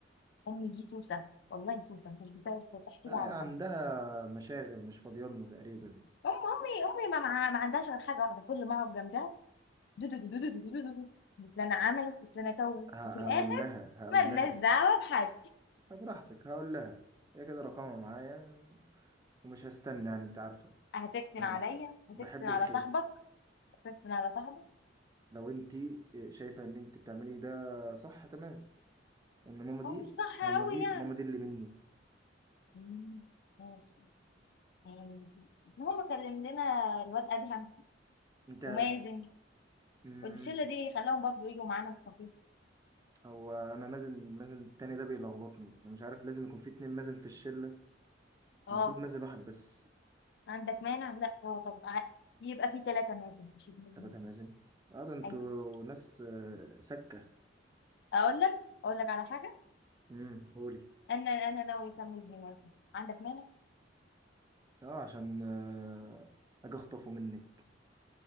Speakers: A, on the left; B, on the right.
A: امي دي سوسة والله سوسة مش بتعرف تحكي
B: آه
A: لي على
B: عندها
A: حاجة
B: مشاغل مش فاضيالنا تقريبا
A: ام امي امي ما, مع- ما عندهاش غير حاجة واحدة كل ما اقعد جنبها دو دو دو دو دو دو دو دو دو. فلانة عملت وفلانة سوت
B: ه-
A: وفي الآخر
B: هقول لها هقول
A: ملناش
B: لها
A: دعوة بحد
B: طب براحتك هقول لها هي كده رقمها معايا ومش هستنى يعني انت عارفة
A: هتفتن
B: انا
A: عليا هتفتن
B: بحب
A: على
B: الخير
A: صاحبك هتفتن على صاحبك
B: لو انت آه، شايفة ان انت بتعملي ده صح تمام ان ماما دي
A: هو مش صح
B: ماما
A: أوي
B: دي
A: يعني
B: ماما دي اللي مني
A: مم، ماشي ماشي المهم كلم لنا الواد أدهم
B: انت
A: ومازن
B: مم.
A: والشلة دي خلاهم برضو يجوا معانا الكافيه
B: هو انا مازن مازن التاني ده بيلخبطني انا مش عارف لازم يكون في اتنين مازن في الشله
A: اه
B: المفروض مازن واحد بس
A: عندك مانع لا هو طب ع- يبقى في ثلاثة مازن مش اتنين
B: تلاتة
A: مازن
B: مازن اه ده انتوا
A: أيوة
B: ناس آه، سكه
A: أقول لك أقول لك على حاجة
B: امم قولي
A: أنا أنا ناوية أسمي ابني مازن عندك مانع
B: اه عشان آه، اجي اخطفه منك